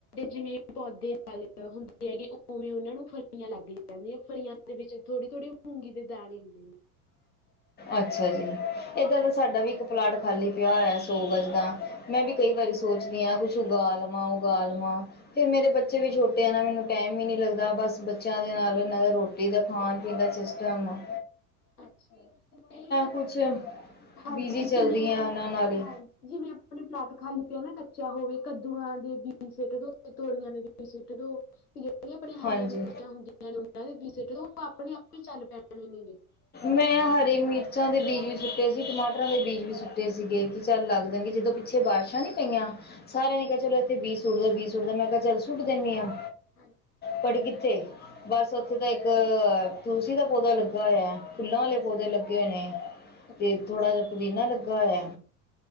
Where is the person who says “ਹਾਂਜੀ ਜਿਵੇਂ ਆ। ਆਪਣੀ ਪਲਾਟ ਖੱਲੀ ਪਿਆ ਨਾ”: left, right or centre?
Left